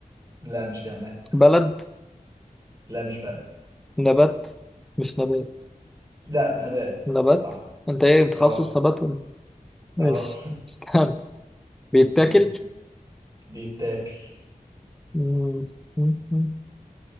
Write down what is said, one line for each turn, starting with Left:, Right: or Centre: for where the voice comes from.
Right: لا مش جماد
Centre: بلد
Right: لا مش بلد
Centre: نبات مش نبات
Right: لا نبات
Centre: نبات
Right: صح
Centre: انت ايه بتخصص
Right: اه
Centre: نبات ولا ماشي
Right: اه
Centre: <laughs> استنى بيتاكل
Right: مم. بيتاكل
Centre: مم، مم، مم.